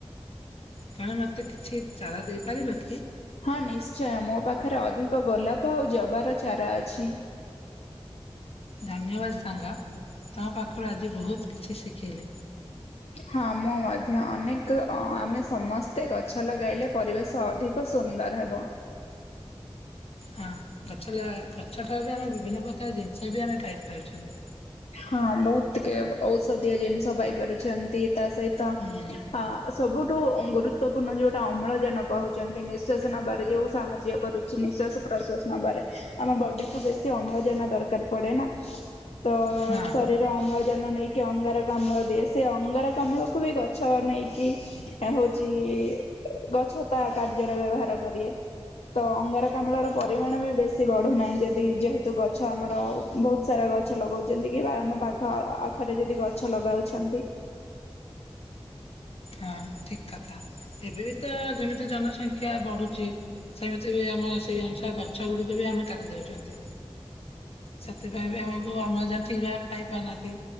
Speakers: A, on the left; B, on the left.
A: ତମେ ମତେ କିଛି ଚାରା ଦେଇପାରିବ କି?
B: ହଁ ନିଶ୍ଚ ଆଛା ମୋ ପାଖରେ ଅଧିକ ଗୋଲାପ ଆଉ ଜବାର ଚାରା ଅଛି
A: ଧନ୍ୟବାଦ ସାଙ୍ଗ।। ତମ ପାଖରୁ ଆଜି ବହୁତ କିଛି ଶିଖିଲି।।
B: ହଁ ମୁଁ ମଧ୍ୟ ଅନେକ ଆମେ ସମସ୍ତେ ଗଛ ଲଗାଇଲେ ପରିବେଶ ଅଧିକ ସୁନ୍ଦର ହବ।।
A: ହଁ ଗଛ ଗଛ ଠାରୁ ବି ଆମେ ବିଭିନ୍ନ ପ୍ରକାର ଜିନିଷ ବି ଆମେ ପାଇପାରୁଛନ୍ତି।।
B: ହଁ ବହୁତ ଟିକେ ଔଷଧୀୟ ଜିନିଷ ପାଇପାରୁଛନ୍ତି।। ତା ସହିତ
A: ହୁଁ
B: ଅ ସବୁଠୁ ଗୁରୁତ୍ୱପୂର୍ଣ୍ଣ ଯୋଉଟା ଅମ୍ଳଜାନ ପାଉଛନ୍ତି ନିଶ୍ୱାସ ସ ନେବାରେ ଯୋଉ ସାହାଯ୍ୟ କରୁଛି ନିଶ୍ୱାସ ପ୍ରଶ୍ଵାସ ନେବାରେ ଆମ ବଡି କୁ ବେଶୀ ଅମ୍ଳଜାନ ଦରକାର ପଡେ ନା।। ତ
A: ହଁ
B: ଶରୀର ଅମ୍ଳଜାନ ନେଇକି ଅଙ୍ଗାରକାମ୍ଳ ଦିଏ ସେ ଅଙ୍ଗାରକାମ୍ଳ କୁ ବି ଗଛ ନେଇକି ହଉଛି ଗଛ ତା କାର୍ଯ୍ୟରେ ବ୍ୟବହାର କରଏ ତ ଅଙ୍ଗାରକାମ୍ଳ ର ପରିମାଣ
A: ହଁ
B: ବି ବେଶୀ ବଢୁନାହିଁ ଯଦି ଯେହେତୁ ଗଛ ଆମର ବହୁତ ସାରା ଗଛ ଗଛ ଲଗାଉଛନ୍ତି କି ଆମ ପାଖ ଆଖରେ ଯଦି ଗଛ ଲଗାଉଛନ୍ତି
A: ହଁ ଠିକ କଥା ଏବେ ବି ତ ଯେମିତି ଜନସଂଖ୍ୟା ବଢୁଚି ସେମିତି ବି ଆମ ସେଇ ଅନୁସାରେ ଗଛ ଗୁଡିକ ବି ଆମେ କା ଦେଇଛନ୍ତି ସେଥିପାଇଁ ବି ଆମକୁ ଅମ୍ଳଜାନ ଠିକ ଭାବେ ପାଇ ପାରୁନାହାନ୍ତି